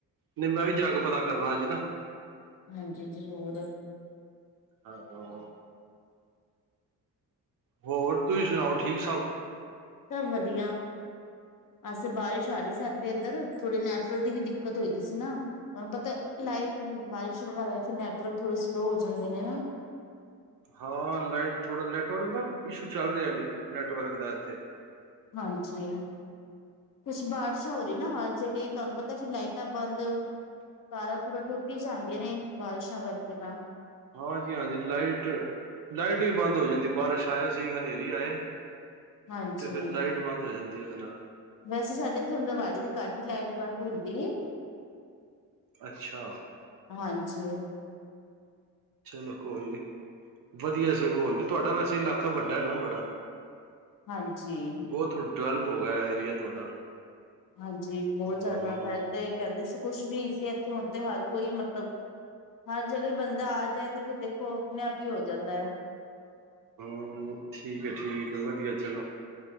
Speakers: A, on the right; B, on the left.
A: ਨਹੀਂ ਮੈਂ ਵੀ ਜਾ ਕੇ ਪਤਾ ਕਰਨਾ ਅੱਜ ਨਾ।
B: ਹਾਂਜੀ ਜ਼ਰੂਰ
A: ਹਾਂ ਹ ਹੋਰ ਤੁਸੀਂ ਸੁਣਾਓ, ਠੀਕ ਸਭ
B: ਸਭ ਵਧੀਆ ਅਜ ਤੇ ਬਾਰਿਸ਼ ਆ ਰਹੀ ਸਾਡੇ ਇੱਧਰ, ਥੋੜੇ ਨੈਟਵਰਕ ਦੀ ਵੀ ਦਿੱਕਤ ਹੋਈ ਦੀ ਸੀ ਨਾ ਤੁਹਾਨੂੰ ਪਤਾ ਲਾਈਟ, ਬਾਰਿਸ਼ ਵਗੈਰਾ ਫਿਰ ਨੈਟਵਰਕ ਥੋੜੇ ਸਲੋਅ ਹੋ ਜਾਂਦੇ ਨੇ, ਹਨਾ।
A: ਹਾਂ ਲਾਈਟ ਥੋੜਾ ਨੈਟਵਰਕ ਦਾ ਇਸ਼ੂ ਚੱਲ ਰਿਹਾ, ਨੈਟਵਰਕ ਦਾ ਇੱਥੇ
B: ਹਾਂਜੀ। ਕੁਛ ਬਾਰਿਸ਼ਾਂ ਹੋ ਰਹੀਆਂ ਨਾ ਹਰ ਜਗ੍ਹਾ, ਤੁਹਾਨੂੰ ਪਤਾ ਫੇਰ ਲਾਈਟਾਂ ਬੰਦ ਤਾਰਾਂ ਤੂਰਾਂ ਟੁੱਟ ਹੀ ਜਾਂਦੀਆਂ ਨੇ, ਬਾਰਿਸ਼ਾਂ ਕਰਕੇ ਤਾਂ
A: ਹਾਂਜੀ ਹਾਂਜੀ, ਲਾਈਟ ਲਾਈਟ ਵੀ ਬੰਦ ਹੋ ਜਾਂਦੀ ਬਾਰਿਸ਼ ਆਏ ਸੀ, ਹਨੇਰੀ ਆਏ
B: ਹਾਂਜੀ
A: ਤੇ ਫੇਿਰ ਲਾਈਟ ਬੰਦ ਹੋ ਜਾਂਦੀ ਉਹਦੇ ਨਾਲ
B: ਵੈਸੇ ਸਾਡੇ ਇਥੇ ਹੁੰਡਵਾੜੀ ਦੇ ਘਟ ਹੀ ਲਾਈਟ ਬੰਦ ਹੁੰਦੀ।
A: ਅੱਛਾ।
B: ਹਾਂਜੀ।
A: ਚਲੋ ਕੋਈ ਨੀ, ਵਧੀਆ ਸਗੋਂ ਹੋ ਤੁਹਾਡਾ ਵੈਸੇ ਇਲਾਕਾ ਵੱਡਾ ਹੈ ਨਾ ਬੜਾ
B: ਹਾਂਜੀ
A: ਬਹੁਤ ਡਿਵੈਲਪ ਹੋ ਗਿਆ ਏਰੀਆ ਤੁਹਾਡਾ
B: ਹਾਂਜੀ ਬਹੁਤ
A: ਹਮ
B: ਜ਼ਿਆਦਾ, ਪਹਿਲੇ ਤਾਂ ਕਹਿੰਦੇ ਸੀ ਕੁਛ ਵੀ ਨੀ ਸੀ ਇੱਥੇ ਹੁਣ ਤੇ ਹਰ ਕੋਈ ਮਤਲਬ ਹਰ ਜਗ੍ਹਾ ਬੰਦਾ ਆ ਜਾਏ ਤੇ ਫਿਰ ਦੇਖੋ, ਆਪਣੇ ਆਪ ਹੀ ਹੋ ਜਾਂਦਾ ਹੈ।
A: ਹਾਂ ਠੀਕ ਆ ਠੀਕ ਆ, ਵਧੀਆ ਚਲੋ